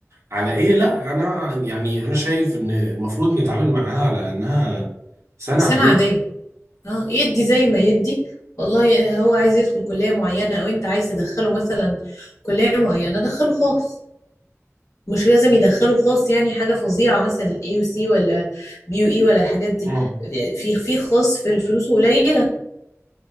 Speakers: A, on the right; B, on the left.
A: على ايه لا انا يعني انا شايف ان المفروض نتعامل معاها على انها سنه
B: سنة
A: عاديه
B: عادية اه يدي زي ما يدي والله آه، هو عايز يدخل كلية معينة او انت عايز تدخله مثلا كلية معينة دخله خاص مش لازم يدخله خاص يعني حاجة فظيعة مثلا اي يو سي ولا بي يو اي ولا الحاجات دي
A: مم.
B: في في خاص في الفلوس قليلة